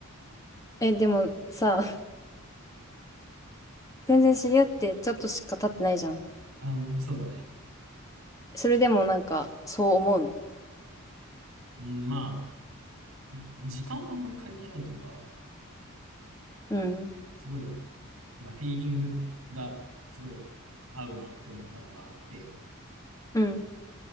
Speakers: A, on the left; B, on the right.
A: え、でもさ、全然知り合ってちょっとしか経ってないじゃん。
B: あーそうだね。
A: それでもなんか、そう思うの。
B: うん、まあ、時間はあんまり関係ないというか、
A: うん、
B: すごい、まあ、フィーリングがすごい合うなって思ったのがあって、
A: うん。